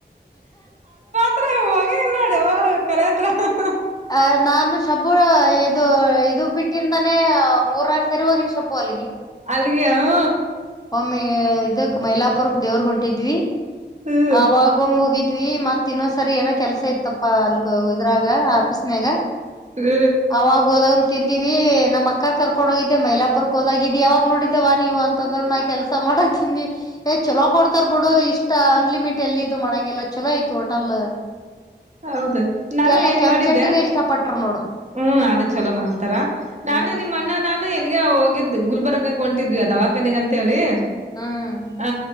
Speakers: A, on the right; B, on the left.
A: <unintelligible>
B: ಅ ನಾನು ಶಬ್ಬು ಇದು ಇದು ಬಿಟ್ಟಿಂದಾನೇ ಮೂರಕ್ಷ. ಹೋಗಿನಿ ಶಾಬ್ಬು ಅಲ್ಲಿ.
A: ಅಲ್ಲಿಗ್ಯ ಹು.
B: ಒಮ್ಮೆ ಇದಕ್ ಮೈಲಾಪುರಕ್ ದೇವ್ರ ಹೊಂಟಿದ್ವಿ
A: ಹ್ಮ್
B: ಆವಾಗ ಒಮ್ಮೆ ಹೋಗಿದ್ವಿ ಮತ್ತ. ಮತ್ತೆ ಇನ್ನೊಂದು ಸರಿ ಏನೋ ಕೆಲ್ಸ ಇತ್ತಪ್ಪಾ ಅಲ್ ಇದ್ರಾಗ ಆಫೀಸ್ನಾಗ.
A: ಹ್ಮ
B: ಅವಾಗ ಹೋದಾಗ ತಿಂದಿವವಿ ನಮ್ಮ ಅಕ್ಕ ಕರ್ಕೊಂಡು ಹೋಗಿದ್ದ ಮಹಿಳಾ ಪುರಕ್ಕೆ ಹೋದಾಗಿದ್ದ್ ಯಾವಾಗ ನೋಡಿದ್ದೇವ ನೀವು ಅಂತ. ಕೆಲಸ ಮಾಡ ತಿನ್ನಿ ಚಲೋ ಕೊಡ್ತಾರ ಬಿಡು ಇಷ್ಟ ಅನ್ಲಿಮಿಟ್ ಎಲ್ಲಿ ಇದು ಮಾಡಗೆಲ್ಲ ಚಲೋ. ಟೋಟಲ್
A: ಹೌದು ನಾನು
B: ಎಲ್ಲ
A: ಏನ್
B: ಕೆಂಪು
A: ಮಾಡಿದ್ದೆ
B: ಚಟ್ನಿನಿನೇ ಇಷ್ಟ ಪಟ್ರು ನೋಡು.
A: ಹ್ಮ್ ಅದ ಚಲೋ ಮಾಡ್ತಾರಾ ನಾನು
B: ಹ್ಮ್
A: ನಿಮ್ಮ ಅಣ್ಣ ನಾನು ಎಲ್ಲಿಗೆ ಹೋಗಿದ್ದು ಗುಲ್ಬರ್ಗಕ್ಕೆ ಹೊಂಟಿದ್ವಿ ದವಾಖಾನಿಗ ಅಂತ ಹೇಳಿ.
B: ಹ್ಮ
A: ಹ